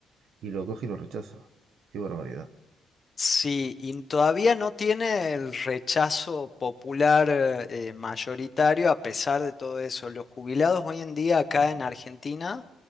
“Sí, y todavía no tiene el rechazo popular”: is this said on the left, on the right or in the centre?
Left